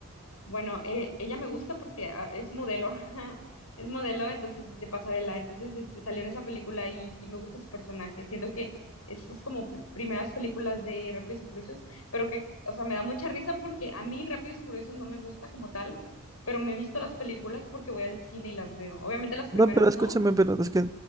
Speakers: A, on the left; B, on the right.
A: Bueno, eh, ella me gusta porque ah, es modelo, <laughs> es modelo, entonces de pasarela, entonces este, salió en esa película y, y me gusta su personaje. Siento que esas como pr- primeras películas de Rápidos y Furiosos, pero que, o sea, me da mucha risa porque a mí Rápidos y Furiosos no me gusta como tal, pero me he visto las películas porque voy al cine y las veo. Obviamente las primeras
B: No, pero escúchame,
A: no,
B: pero es que,